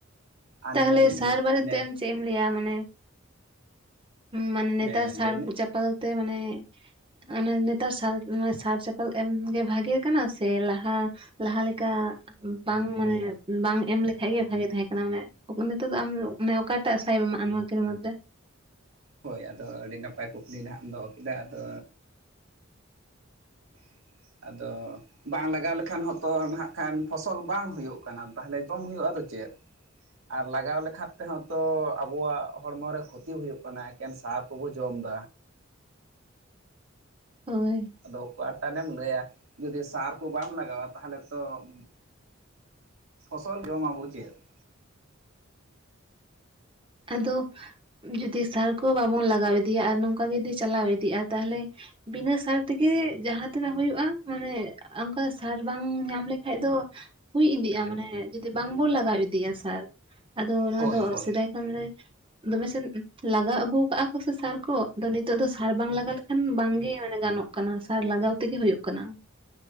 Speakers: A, on the right; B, on the right.
A: ᱟᱨ
B: ᱛᱟᱦᱟᱞᱮ ᱥᱟᱨ ᱵᱟᱨᱮᱛᱮ
A: ᱱᱮᱥ
B: ᱟᱢ ᱪᱮᱜ ᱮᱢ ᱞᱟᱹᱭᱟ ᱢᱟᱱᱮ? ᱢᱟᱱᱮ ᱱᱮᱛᱟᱨ
A: ᱦᱮᱸ
B: ᱥᱟᱨ
A: ᱞᱟᱹᱭ ᱢᱮ
B: ᱠᱚ ᱪᱟᱯᱟᱞ ᱛᱮ ᱢᱟᱱᱮ, ᱚᱱᱮ ᱱᱮᱛᱟᱨ ᱥᱟᱞ ᱥᱟᱨ ᱪᱟᱯᱟᱞ ᱮᱢᱜᱮ ᱵᱷᱟᱜᱮ ᱠᱟᱱᱟ ᱥᱮ ᱞᱟᱦᱟ, ᱞᱟᱦᱟ ᱞᱮᱠᱟ ᱵᱟᱝ ᱢᱟᱱᱮ ᱵᱟᱝ ᱮᱢ ᱞᱮᱠᱷᱟᱡ ᱜᱮ ᱵᱷᱟᱜᱤ ᱛᱟᱦᱮᱸ ᱠᱟᱱᱟ ᱚᱱᱮ, ᱱᱤᱛᱚᱜ ᱫᱚ ᱟᱢ ᱢᱮ ᱚᱠᱟᱴᱟᱜ ᱥᱟᱭᱮᱢ ᱮᱢᱟᱜᱼᱟ ᱱᱚᱣᱟ ᱠᱤᱱ ᱢᱚᱫᱷᱮ ᱾
A: ᱦᱳᱭ ᱟᱫᱚ ᱟᱹᱰᱤ ᱱᱟᱯᱟᱭ ᱠᱩᱠᱞᱤ ᱱᱟᱦᱟᱜ ᱮᱢ ᱫᱚᱦᱚ ᱠᱮᱫᱟ ᱟᱫᱚ, <inaudible> ᱟᱫᱚ ᱵᱟᱝ ᱞᱟᱜᱟᱣ ᱞᱮᱠᱷᱟᱱ ᱦᱚᱸᱛᱚ ᱱᱟᱦᱟᱜ ᱠᱷᱟᱱ ᱯᱷᱚᱥᱚᱞ ᱵᱟᱝ ᱦᱩᱭᱩᱜ ᱠᱟᱱᱟ ᱛᱟᱦᱮᱞᱮ ᱡᱚᱢ ᱦᱩᱭᱩᱜ ᱟᱫᱚ ᱪᱮᱫ? ᱟᱨ ᱞᱟᱜᱟᱣ ᱞᱮᱠᱷᱟ ᱛᱮᱦᱚᱸ ᱛᱚ ᱟᱵᱚᱣᱟᱜ ᱦᱚᱲᱢᱚᱨᱮ ᱠᱷᱚᱛᱤ ᱦᱩᱭᱩᱜ ᱠᱟᱱᱟ ᱮᱠᱮᱱ ᱥᱟᱨ ᱠᱚᱵᱚ ᱡᱚᱢ ᱫᱟ ᱾
B: ᱦᱳᱭ ᱾
A: ᱟᱫᱚ ᱚᱠᱟ ᱴᱟᱱᱮᱢ ᱞᱟᱹᱭᱟ ᱡᱩᱫᱤ ᱥᱟᱨ ᱠᱚ ᱵᱟᱢ ᱞᱟᱜᱟᱣᱟ ᱛᱟᱦᱚᱞᱮ ᱛᱚ ᱾ ᱯᱷᱚᱥᱚᱞ ᱡᱚᱢ ᱟᱵᱚ ᱪᱮᱫ ᱾
B: ᱟᱫᱚ ᱡᱩᱫᱤ ᱥᱟᱨ ᱠᱚ ᱵᱟᱵᱚᱱ ᱞᱟᱜᱟᱣ ᱤᱫᱤᱭᱟ ᱟᱨ ᱱᱚᱝᱠᱟᱜᱮ ᱡᱩᱫᱤ ᱪᱟᱞᱟᱣ ᱤᱫᱤᱜᱼᱟ ᱛᱟᱞᱦᱮ ᱾ ᱵᱤᱱᱟᱹ ᱥᱟᱨ ᱛᱮᱜᱮ ᱡᱟᱦᱟᱸ ᱛᱤᱱᱟᱹᱜ ᱦᱩᱭᱩᱜᱼᱟ ᱢᱟᱱᱮ ᱾ ᱚᱱᱠᱟ ᱥᱟᱨ ᱵᱟᱝ ᱧᱟᱢ ᱞᱮᱠᱷᱟᱡ ᱫᱚ ᱾ ᱦᱩᱭ ᱤᱫᱤᱜᱼᱟ ᱢᱟᱱᱮ ᱡᱩᱫᱤ ᱵᱟᱝᱵᱚᱱ ᱞᱟᱜᱟᱣ ᱤᱫᱤᱭᱟ ᱥᱟᱨ ᱟᱫᱚ ᱱᱚᱣᱟ
A: ᱦᱳᱭ
B: ᱫᱚ
A: ᱦᱳᱭ
B: ᱥᱮᱫᱟᱭ ᱾ ᱟᱢᱨᱮ ᱾ ᱫᱚᱢᱮᱥᱮᱱ ᱞᱟᱜᱟᱣ ᱟᱹᱜᱩ ᱟᱠᱟᱜᱼᱟ ᱠᱚ ᱥᱮ ᱥᱟᱨ ᱠᱚ ᱟᱫᱚ ᱱᱤᱛᱚᱜ ᱫᱚ ᱥᱟᱨ ᱵᱟᱝ ᱞᱟᱜᱟᱣ ᱞᱮᱠᱷᱟᱱ ᱵᱟᱝ ᱜᱮ ᱢᱟᱱᱮ ᱜᱟᱱᱚᱜ ᱾ ᱠᱟᱱᱟ ᱥᱟᱨ ᱞᱟᱜᱟᱣ ᱛᱮᱜᱮ ᱦᱩᱭᱩᱜ ᱠᱟᱱᱟ ᱾